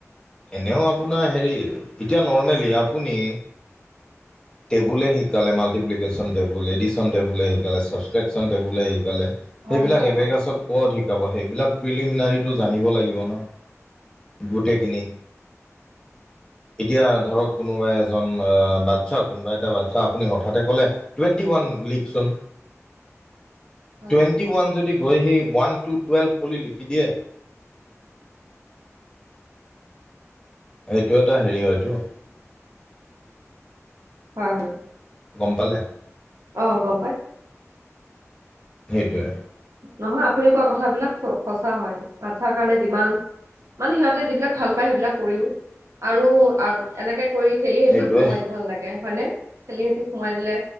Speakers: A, on the left (about 15°); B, on the right (about 70°).
A: এনেও আপোনাৰ হেৰি এতিয়া নৰ্মেলি আপুনি
B: <inaudible>
A: টেবুলে শিকালে মাল্টিপ্লেকেশ্যন, টেবুলে এডিচন, টেবুলে শিকালে ছাব্ক্ৰেশ্যন টেবুললে শিকালে
B: হয়
A: সেইবিলাক
B: হয়
A: এবেকাছত
B: হয়
A: ক'ত শিকাব। সেইবিলাক প্ৰিলিমিনাৰীটো জানিব লাগিব ন'। গোটেইখিনি।
B: <inaudible>
A: এতিয়া ধৰক কোনোবা এজন অ' বাচ্ছা কোনোবা এটা বাচ্ছা আপুনি হঠাতে ক'লে টুৱেণ্টি ওৱান। লিখচোন।
B: <inaudible> হয়
A: টুৱেণ্টি ওৱান যদি গৈ হি ওৱান টু টুৱেলভ বুলি লিখি দিয়ে সেইটো এটা হেৰি হয়টো
B: হয়, হয়।
A: গম পালে।
B: অ', গম পাই।
A: সেইটোৱে।
B: নহয়, আপুনি কোৱা কথাবিলাক সঁচা হয়। বাচ্ছাৰ কাৰণে যিমান মানে সিহঁতে যিবিলাক ভাল পায় সেইবিলাক কৰিও, আৰু এনেকে কৰি ঠেলিহেঁচি
A: সেইটোৱে
B: সোমোৱাই দিব নালাগে। হয়নে? ঠেলিহেঁচি সোমোৱাই দিলে